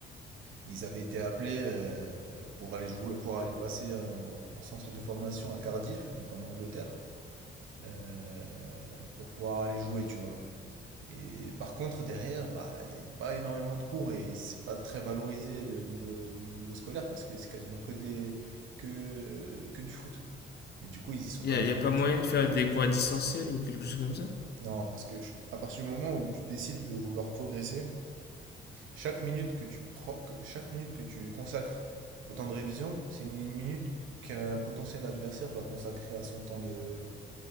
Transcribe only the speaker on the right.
ils avaient été appelés euh, pour aller jouer, pour aller passer en en centre de formation à Cardiff, donc en Angleterre euh, pour pouvoir aller jouer, tu vois. Et par contre, derrière, bah, il n'y a pas énormément de cours et c'est pas très valorisé le niveau, le niveau scolaire parce que c'est quasiment que, des que, que du foot. Mais du coup, ils y sont
quand
même
allés,
tu vois.
Non, parce que je- à partir du moment où tu décides de vouloir progresser, chaque minute que tu pro- que- chaque minute que tu consacres au temps de révision, c'est une, une minute qu'un potentiel adversaire va consacrer à son temps de,